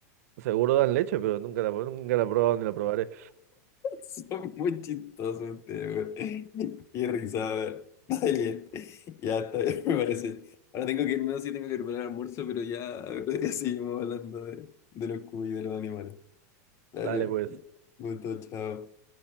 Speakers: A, on the right; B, on the left.
A: seguro dan leche, pero nunca la, nunca la he probado ni la probaré.
B: Son muy chistosos ustedes, güey. Qué risa, a ver. Está bien. Ya está bien, me parece. Ahora tengo que irme, no sé si tengo que preparar el almuerzo, pero ya, ya seguimos hablando de, de los cubos y de los animales. Dale,
A: Dale, pues.
B: gusto, chao.